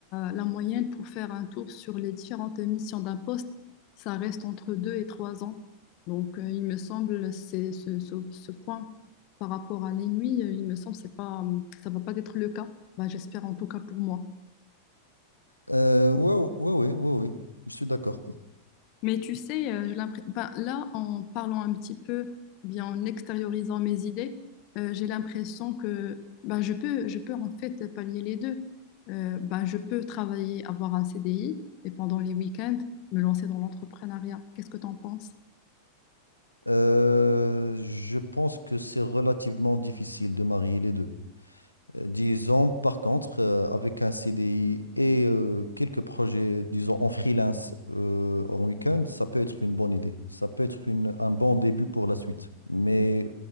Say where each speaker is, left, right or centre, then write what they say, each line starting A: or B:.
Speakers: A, on the left (about 40°); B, on the left (about 85°).
A: la moyenne pour faire un tour sur les différentes missions d'un poste, ça reste entre deux et trois ans. Donc, euh, il me semble, c'est ce, ce- ce point par rapport à l'ennui, il me semble, que c'est pas, ça va pas être le cas. Ben, j'espère en tout cas pour moi.
B: Euh, ouais, ouais, ouais, ouais, ouais, je suis d'accord.
A: Mais tu sais, euh, j'ai l'impr- ben, là, en parlant un petit peu, bien en extériorisant mes idées, euh, j'ai l'impression que ben, je peux, je peux en fait pallier les deux. Euh, ben, je peux travailler, avoir un CDI et pendant les week-ends, me lancer dans l'entrepreneuriat. Qu'est-ce que tu en penses?
B: Euh, je pense que c'est relativement difficile de marier les deux. Euh, Disons, par contre, euh, avec un CDI et euh, quelques projets, disons, en freelance euh, en week-end, ça peut être une bonne idée. Ça peut être une- un bon début pour la suite. Mais